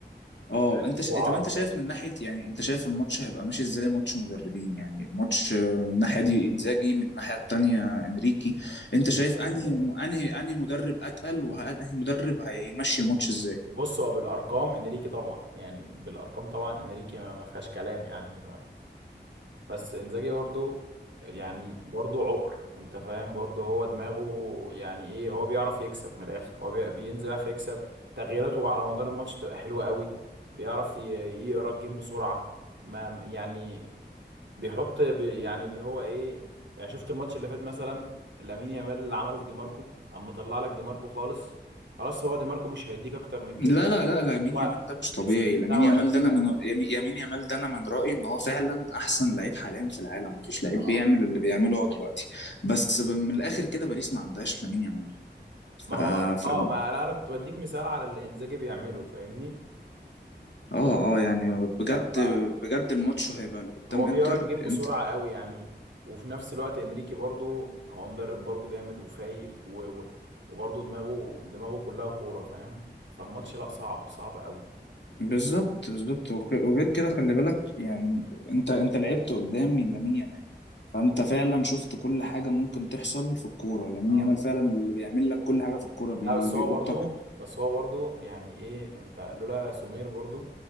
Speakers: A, on the right (about 85°); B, on the left (about 75°).
A: مجتهد
B: اه انت ش...
A: وعاب
B: طب انت شايف من ناحية يعني انت شايف الماتش هيبقى ماشي ازاي ماتش مدربين يعني الماتش من الناحية دي انزاجي من الناحية التانية انريكي انت
A: الاثنين
B: شايف انهي انهي انهي مدرب اتقل وانهي مدرب هيمشي الماتش ازاي
A: بصوا بالارقام انريكي طبعا يعني بالارقام طبعا انريكي ما ما فيهاش كلام يعني بس انزاجي برضو يعني برضو عقر انت فاهم برضو هو دماغه يعني ايه هو بيعرف يكسب من الاخر هو بي- بينزل يعرف يكسب تغييراته على مدار الماتش بتبقى حلوة قوي بيعرف ي- يقرا الجيم بسرعة ما يعني بيحط بي يعني اللي هو ايه يعني شفت الماتش اللي فات مثلا لامين يامال اللي عمله في دي ماركو اما مطلع لك دي ماركو خالص خلاص هو دي ماركو مش هيديك اكتر من كده
B: لا لا لا لامين
A: هو
B: يامال ده مش طبيعي
A: استوعب
B: لامين يامال ده انا
A: فاهم
B: من يامي- يامين يامال ده انا من رأيي ان هو فعلا احسن لعيب حاليا في العالم مفيش لعيب
A: اه
B: بيعمل اللي بيعمله هو دلوقتي بس ب- من الاخر كده باريس ما عندهاش لامين يامال
A: ما
B: ف...
A: هو
B: ف...
A: اه ما لا انا كنت بديك مثال على اللي انزاجي بيعمله فاهمني
B: اه اه يعني بجد
A: ف-
B: بجد الماتش هيبقى اللي قدام
A: فهو بيقرا
B: انتر
A: الجيم بسرعه
B: انت
A: قوي يعني وفي نفس الوقت انريكي برضو هو مدرب برضو جامد وفايق و... و... وبرضو دماغه دماغه كلها كوره فاهم فالماتش لا صعب صعب قوي
B: بالظبط بالظبط وخ- وغير كده خلي بالك يعني انت انت لعبت قدام لامين يامال فانت فعلا شفت كل حاجه ممكن تحصل في الكوره لامين
A: اه
B: يامال فعلا اللي بيعمل لك كل حاجه في الكوره بي...
A: لا بس
B: بيقطك
A: هو برضو بس هو برضو يعني ايه انت لولا سمير برضو